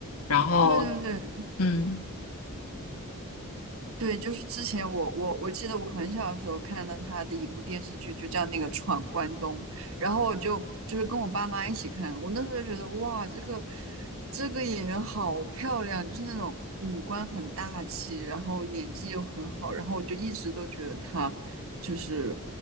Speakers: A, on the left; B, on the right.
A: 然后，
B: 对对对，
A: 嗯
B: 对，就是之前我我我记得我很小的时候看了他的一部电视剧，就叫那个《闯关东》，然后我就就是跟我爸妈一起看，我那时候就觉得哇，这个这个演员好漂亮，就是那种五官很大气，然后演技又很好，然后我就一直都觉得她就是